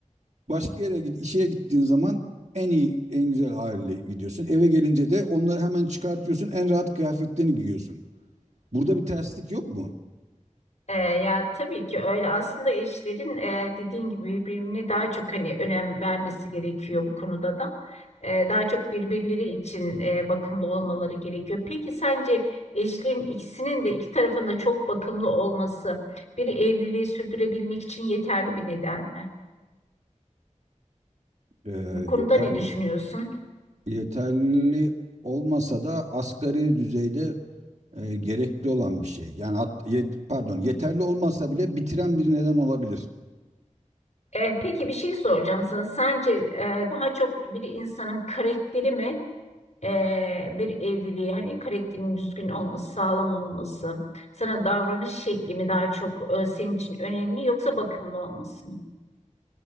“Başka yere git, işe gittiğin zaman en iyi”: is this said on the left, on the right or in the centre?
Right